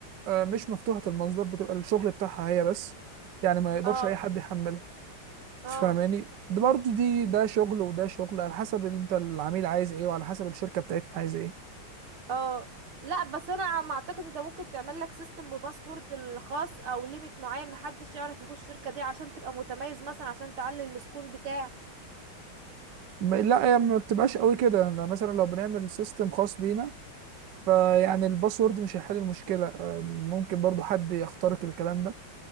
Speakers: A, on the right (about 65°); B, on the right (about 85°).
A: آه، مش مفتوحه المصدر بتبقى الشغل بتاعها هي بس يعني ما يقدرش
B: اه
A: اي حد يحملها
B: اه
A: تفهماني ده برضه دي ده شغل وده شغل على حسب انت العميل عايز ايه وعلى حسب الشركه بتاعتنا عايزه ايه
B: اه لا بس انا عم اعتقد انت ممكن تعمل لك سيستم بباسورد الخاص او ليميت معين محدش يعرف يخش الشركه دي عشان تبقى متميز مثلا عشان تعلي السكور بتاعك
A: ما- لا هي ما بتبقاش قوي كده يعني مثلا لو بنعمل سيستم خاص بينا فيعني الباسورد مش هيحل المشكلة آه، ممكن برضو حد يخترق الكلام ده